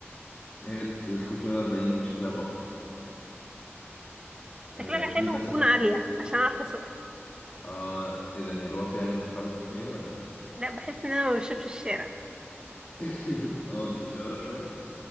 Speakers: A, on the left; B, on the right.
A: هي ال 340 شكلها تحفة أه
B: شكلها
A: دي
B: حلو
A: مثلا
B: وتكون عالية عشان اعرف اسوقها
A: اه ايه ده هي الواطية يعني مش هتعرفي تسوقيها ولا ايه؟
B: لا بحس ان انا ما بشوفش الشارع
A: <laughs> اه انتي قصيرة شوية؟